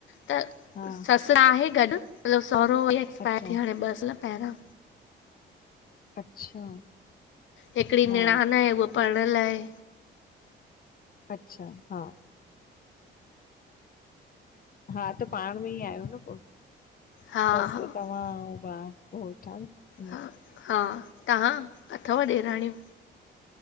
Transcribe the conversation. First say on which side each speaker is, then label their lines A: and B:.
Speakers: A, on the left; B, on the left.
A: त
B: हा
A: ससु आहे गॾु मतलबु सहुरो इ एक्सपायर
B: अच्छा
A: थी वयो हाणे ॿ साल पहिरियां
B: अच्छा
A: हिकिड़ी निराण
B: हा
A: आहे उहा पणियल आहे
B: अच्छा हा हा त पाण में ई आहियो न पोइ
A: हा
B: ससु
A: हा
B: तव्हां बा हो ठाल <inaudible>
A: हा हा तव्हां अथव ॾेराणियूं